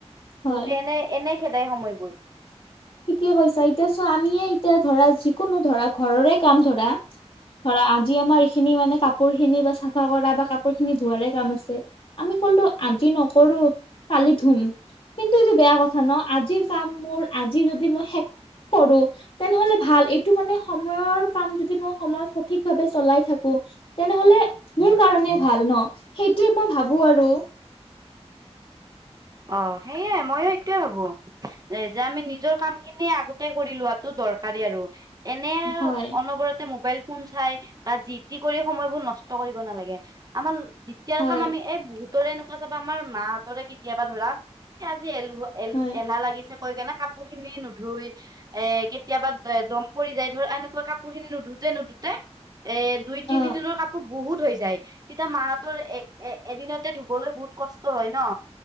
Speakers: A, on the left; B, on the right.
A: হয়
B: বহুতে এনেই এনেই খেদেই সময়বোৰ।
A: ঠিকে কৈছা এতিয়া চ আমিয়ে এতিয়া ধৰা যিকোনো ধৰা ঘৰৰে কাম ধৰা ধৰা আজি আমাৰ এইখিনি মানে কাপোৰ খিনি বা চাফা কৰা বা কাপোৰ খিনি ধোৱাৰে কাম আছে আমি কলো আজি নকৰো কালি ধুম। কিন্তু এইটো বেয়া কথা ন আজিৰ কাম মোৰ আজি যদি মই শেষ কৰোঁ, তেনেহলে ভাল। এইটো মানে সময়ৰ কাম যদি মই সময়ত সঠিক ভাৱে চলাই থাকো, তেনেহলে মোৰ কাৰণে ভাল ন সেইটোৱে মই ভাবোঁ আৰু।
B: অঁ সেইয়াই ময়ো এইটোৱে ভাবো। যে আমি নিজৰ কাম খিনি আগতে কৰি লোৱাটো দৰকাৰী আৰু। এনে আৰু
A: হয়
B: অনবৰতে মোবাইল ফোন চাই বা যি টি কৰি সময়বোৰ নষ্ট কৰিব নালাগে আমাৰ ল দি তিয়াৰ
A: হয়
B: কাম আমি এই বহুতৰে এনেকুৱা চাবা আমাৰ মাহঁতৰে কেতিয়াবা ধৰা এ আজি এল ধু এল
A: হয়
B: এলাহ লাগিছে কৈ কেনা কাপোৰ খিনি নুধুই। এ কেতিয়াবা দম পৰি যায় ধৰ এনেকুৱা কাপোৰ খিনি নুধুতে নুধুতে। এ দুই
A: অ
B: তিনিদিনৰ কাপোৰ বহুত হৈ যায় তেতিয়া মাঁহতৰ এ এ এদিনতে ধুবলৈ বহুত কষ্ট হয় ন।